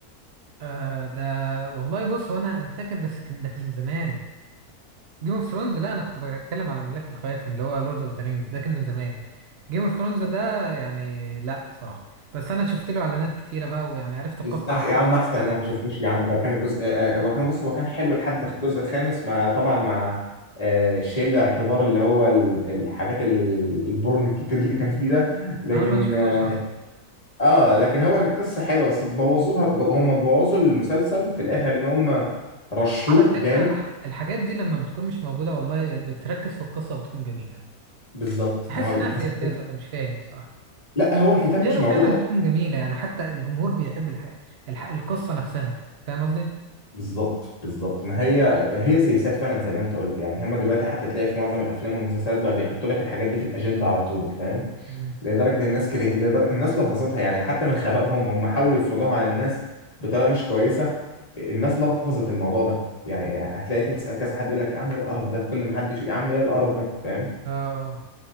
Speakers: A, on the right; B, on the left.
A: آه، ده والله بص هو انا فاكر بس كان- ده كان من زمان جيم اوف ثرونز لا انا كنت بتكلم على مملكة الخواتم اللي هو لورد اوف ذا رينجز ده كان من زمان جيم اوف ثرونز ده يعني لا صراحة بس انا شفت له اعلانات كتيرة بقى ويعني عرفت القصة
B: يستح
A: عامة
B: يا عم احسن
A: لا
B: انا ما شفتوش يا عم ده كان الجزء آه آه، هو كان بص هو كان حلو لحد الجزء الخامس مع طبعا مع آه شيل اعتبار اللي هو ال- الحاجات ال- البورن الكتير اللي كان فيه ده لكن
A: انا ما شفتوش
B: اه
A: اصلا
B: آه، لكن هو القصه حلوه بس بوظوها هم بوظوا المسلسل في الاخر ان هم رشوه
A: على فكرة
B: جامد
A: الح- الحاجات دي لما بتكون مش موجودة والله بتركز في القصة وبتكون جميلة
B: بالظبط
A: بحس
B: ما هو
A: انها
B: بس
A: سياسات ولا مش فاهم صراحة
B: لا هو الكتاب مش
A: غيره
B: موجود
A: فعلا بتكون جميلة يعني حتى الجمهور بيحب الح... الح... القصة نفسها فاهم قصدي؟
B: بالظبط بالظبط ما هي هي سياسات فعلا زي ما انت قلت يعني هم دلوقتي حتى تلاقي في معظم الافلام والمسلسلات بقى بيحطوا لك الحاجات دي في الاجنده على طول فاهم
A: مم.
B: لدرجه الناس كره لدر... الناس لفظتها يعني حتى من خبائهم هم حاولوا يفرضوها على الناس بطريقه مش كويسه الناس لفظت الموضوع ده يعني هتلاقي تسال كذا حد يقول لك يا عم ايه القرف ده كل ما حد يا عم ايه القرف ده فاهم
A: اه